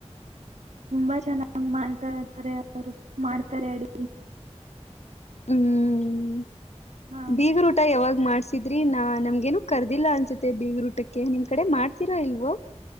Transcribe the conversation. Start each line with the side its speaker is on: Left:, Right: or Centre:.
Right: ತುಂಬಾ ಚೆನ್ನಾಗಿ್ ಮಾಡ್ತಾ ಇರ್ತಾರೆ ಅವರು ಮಾಡ್ತಾರೆ ಅಡ್
Left: ಹ್ಮ್
Right: ಹಾ
Left: ಬೀಗ ೂಟ ಯಾವಾಗ್ ಮಾಡ್ಸಿದ್ರಿ ನಾ ನಮ್ಗೇನು ಕರ್ದಿಲ್ಲ ಅನ್ಸುತ್ತೆ ಬೀಗ ರೂಟಕ್ಕೆ ನಿಮ್ ಕಡೆ ಮಾಡ್ತೀರಾ ಇಲ್ವೋ